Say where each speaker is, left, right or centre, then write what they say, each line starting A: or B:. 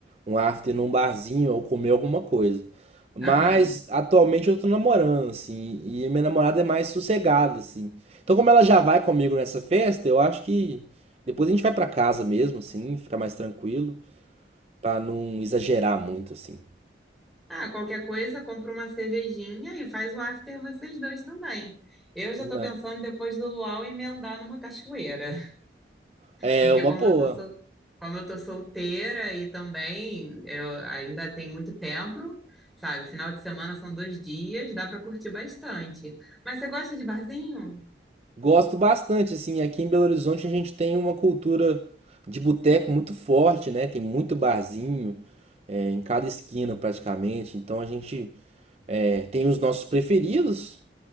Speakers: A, on the right; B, in the centre.
A: um after num barzinho ou comer alguma coisa. Mas
B: Aham.
A: atualmente eu tô namorando, assim, e minha namorada é mais sossegada, assim. Então, como ela já vai comigo nessa festa, eu acho que depois a gente vai pra casa mesmo, assim, ficar mais tranquilo, pra não exagerar muito, assim.
B: Ah, qualquer coisa, compra uma cervejinha e faz o after vocês dois também. Eu já
A: Pois
B: tô
A: é.
B: pensando em depois do luau emendar numa cachoeira.
A: É
B: Porque
A: uma
B: como
A: boa.
B: eu tô sol... como eu tô solteira e também eu ainda tem muito tempo, sabe? Final de semana são dois dias, dá para curtir bastante. Mas você gosta de barzinho?
A: Gosto bastante, assim, aqui em Belo Horizonte a gente tem uma cultura de boteco muito forte, né? Tem muito barzinho, é, em cada esquina praticamente. Então a gente é, tem os nossos preferidos.